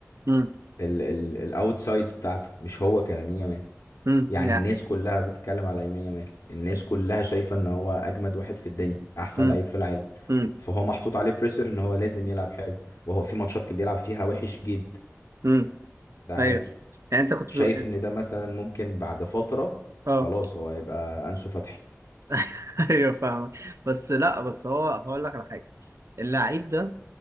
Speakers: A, on the right; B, on the left.
A: امم
B: الاوتسايدز بتاعته مش هو كلامين يامال
A: امم
B: يعني
A: يعني
B: الناس كلها بتتكلم على يمين يامال الناس كلها شايفة ان هو اجمد واحد في الدنيا احسن
A: امم
B: لعيب في العالم
A: امم
B: فهو محطوط عليه بريسر ان هو لازم يلعب حلو وهو في ماتشات كان بيلعب فيها وحش جدا
A: امم
B: ده عادي
A: ايوه يعني انت كنت
B: شايف
A: بتقول-
B: ان ده مثلا ممكن بعد فترة
A: اه
B: خلاص هو يبقى انسو فتحي
A: <laughs> ايوه فاهمك بس لا بس هو هقول لك على حاجة اللعيب ده